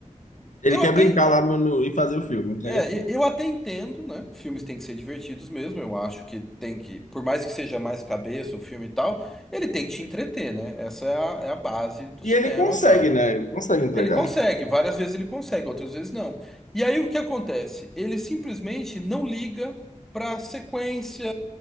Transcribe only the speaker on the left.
Ele
quer
brincar lá no, no- e fazer o filme, entregar
o filme.
E
ele consegue,
né? Ele consegue entregar.